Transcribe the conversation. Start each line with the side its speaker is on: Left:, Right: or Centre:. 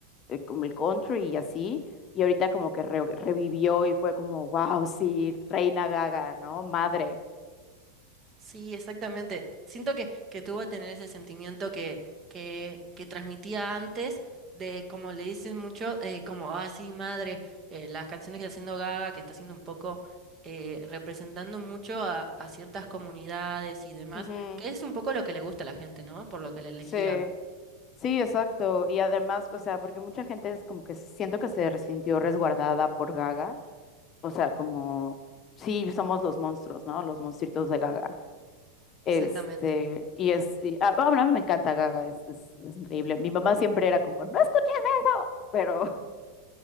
Left: eh, como el country y así, y ahorita como que re- revivió y fue como, wow, sí, Reina Gaga, ¿no? Madre.
Right: Sí, exactamente. Siento que, que tú vas a tener ese sentimiento que, que, que transmitía antes, de como le dicen mucho, eh, como, ah, sí, madre, eh, las canciones que está haciendo Gaga, que está haciendo un poco, eh, representando mucho a, a ciertas comunidades y demás,
Left: Ujú.
Right: que es un poco lo que le gusta a la gente, ¿no? Por lo que le elegía.
Left: Sí, sí, exacto. Y además, o sea, porque mucha gente es como que siento que se sintió resguardada por Gaga. O sea, como, sí, somos los monstruos, ¿no? Los monstruitos de Gaga. Este,
Right: Exactamente.
Left: y es, y- ah, bueno, a mí me encanta Gaga, es, es, es increíble. Mi mamá siempre era como, no escuches eso. Pero,